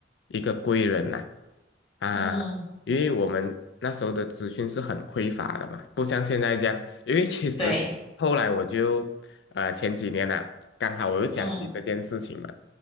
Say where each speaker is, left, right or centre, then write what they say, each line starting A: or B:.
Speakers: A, on the left; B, on the left.
A: 一个贵人呐，啊，
B: 嗯，
A: 因为我们那时候的资讯是很匮乏的嘛，不像现在这样，因为其实后来我就呃前几年呐、
B: 对，
A: 刚好我又想起这件事情嘛，
B: 嗯